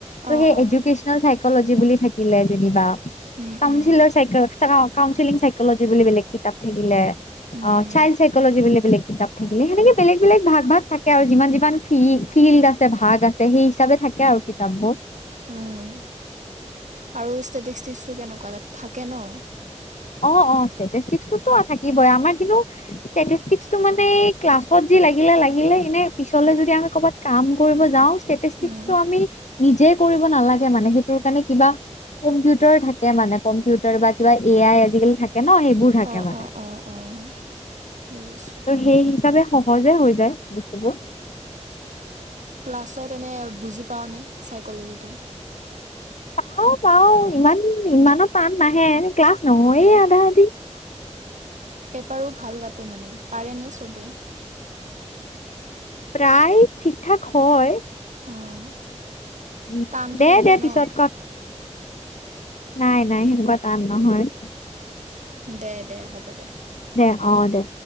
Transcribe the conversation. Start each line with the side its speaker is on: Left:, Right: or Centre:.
Left: ত'
Right: অঁ
Left: সেই
Right: অঁ
Left: এডুকেচনেল চাইকজি বুলি থাকিলে যেনিবা,
Right: উম
Left: কাউচিলৰ
Right: উম
Left: চাইক কাউনচিলিং চাইকলজি বুলি বেলেগ কিতাপ থাকিলে,
Right: উম
Left: অঁ
Right: উম
Left: চাইল্ড চাইকলজি বুলি বেলেগ কিতাপ থাকিলে সেনেকে বেলেগ বেলেগ ভাগ ভাগ থাকে আৰু যিমান যিমান ফি ফিল্ড আছে ভাগ আছে সেই হিচাপে থাকে। থাকে আৰু কিতাপবোৰ।
Right: উম আৰু ষ্টেটিষ্টিক্টো কেনেকুৱা তাত থাকে ন?
Left: অ অ ষ্টেটিষ্টিক্টো থাকিবই আমাৰ কিন্তু ষ্টেটিষ্টিক্টো মানে ক্লাছত লাগিলে লাগিলে এনে পিছলে যদি আমি কৰ'বাত কাম কৰিব যাওঁ ষ্টেটিষ্টিক্টো
Right: উম
Left: আমি নিজে কৰিব নালাগে মানে সেইটো কাৰণে কিবা কম্পিউটাৰ থাকে মানে কম্পিউটাৰ বা কিবা এ আই আজিকালি থাকে ন সেইবোৰ থাকে
Right: অঁ
Left: মানে।
Right: অঁ অঁ অঁ বুজিছোঁ
Left: ত' সেই হিচাপে সহজে হৈ যায়, বস্তুবোৰ।
Right: ক্লাছত এনে বুজি পাওঁনে চাইকলজিটো?
Left: পাওঁ পাওঁ ইমান ইমানো টান নাহে ক্লাছ নহয়েই
Right: অঁ
Left: আধা-আধি
Right: পেপাৰো ভাল কাটে মানে, পাৰে নে চবে?
Left: প্ৰায় ঠিকঠাক হয়।
Right: অঁ
Left: উ
Right: টানটো
Left: দে
Right: নিদিয়ে
Left: দে
Right: ন
Left: পিছত কম। নাই নাই সেনেকুৱা টান নহয়।
Right: দে দে হ'ব। দে
Left: দে অ দে